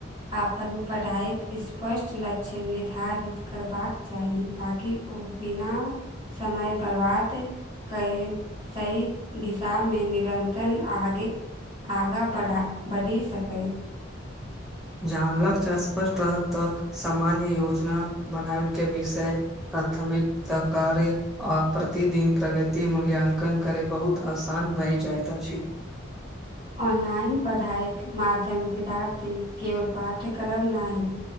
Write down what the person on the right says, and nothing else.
आपन पढ़ाई इस्पष्ट लक्ष्य लेत निर्धारित करबाक चाही ताकि ओ बिना समय बर्बाद कै सही दिशा मे निरंतरण आगे आगाँ बढ़ा बढ़ी सकै
ऑनलाइन पढ़ाइके माध्यम विद्यार्थी केवल पाठ्यक्रम नाहि